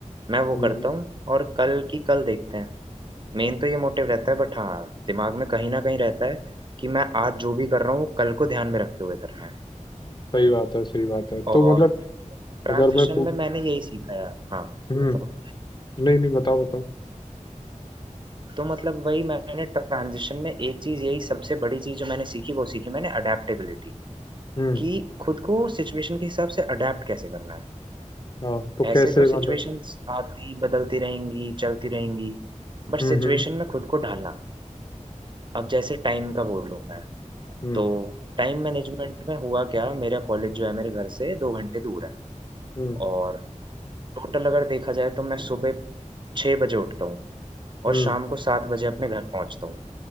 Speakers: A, on the right; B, on the left.
A: मैं वो
B: हम्म
A: करता हूँ और कल की कल देखते हैं मेन तो ये मोटिव रहता है बट हाँ दिमाग में कहीं ना कहीं रहता है कि मैं आज जो भी कर रहा हूँ वो कल को ध्यान में रखते हुए करना है
B: सही बात है सही बात है तो
A: और
B: मतलब
A: ट्रांजिशन
B: अगर मैं पू-
A: में मैंने यही सीखा यार हाँ
B: हम्म
A: बताओ
B: नहीं नहीं बताओ बताओ
A: तो मतलब वही मैंने ट्रांजिशन में एक चीज यही सबसे बड़ी चीज जो मैंने सीखी वो सीखी मैंने अडेप्टेबिलिटी
B: हम्म
A: कि खुद को सिचुएशन के हिसाब से अडेप्ट कैसे करना है
B: हाँ तो
A: ऐसे
B: कैसे
A: तो सिचुएशंस
B: मतलब
A: आती बदलती रहेंगी चलती रहेंगी बट
B: हम्म
A: सिचुएशन
B: हम्म
A: में खुद को ढालना अब जैसे टाइम का बोलूँ मैं
B: हम्म
A: तो टाइम मैनेजमेंट में हुआ क्या मेरा कॉलेज जो है मेरे घर से दो घंटे दूर है
B: हम्म
A: और टोटल अगर देखा जाए तो मैं सुबह छः बजे उठता हूँ और
B: हम्म हम्म
A: शाम को सात बजे अपने घर पहुंचता हूँ